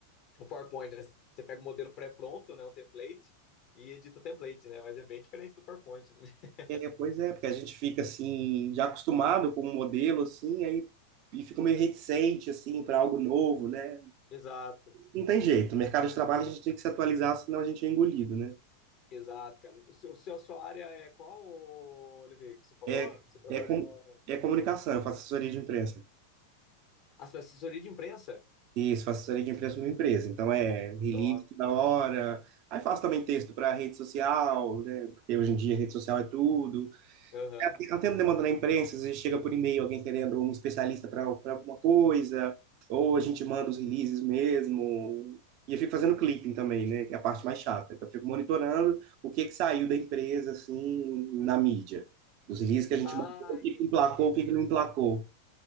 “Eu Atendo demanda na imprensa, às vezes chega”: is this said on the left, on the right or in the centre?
Right